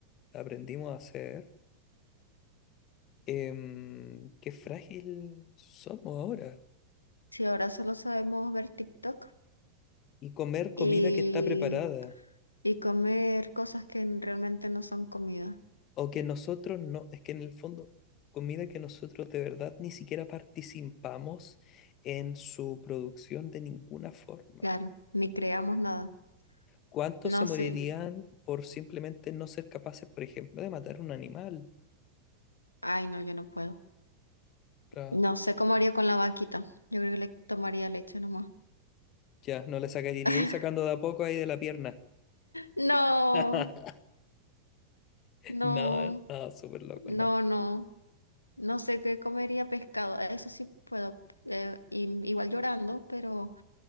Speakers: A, on the left (about 35°); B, on the left (about 80°).
A: aprendimos a hacer. Em, qué frágil somos ahora.
B: Si ahora solo sabemos ver TikTok
A: Y comer comida
B: y,
A: que está preparada.
B: y comer cosas que realmente no son comida.
A: O que nosotros no, es que en el fondo, comida que nosotros de verdad ni siquiera participamos en su producción de ninguna forma.
B: Claro, ni creamos nada.
A: ¿Cuántos
B: No
A: se morirían
B: sé.
A: por simplemente no ser capaces, por ejemplo, de matar un animal?
B: Ay, no, yo no puedo.
A: Claro.
B: No sé cómo haría con la vaquita. Yo creo que le tomaría leche nomás.
A: Ya, no le sacaríais
B: <laughs>
A: sacando de a poco ahí de la pierna.
B: No,
A: <laughs>
B: no,
A: No, no, súper loco,
B: no,
A: no.
B: no. No sé qué comería pescado. Eso sí puedo. eh, y- igual llorando, pero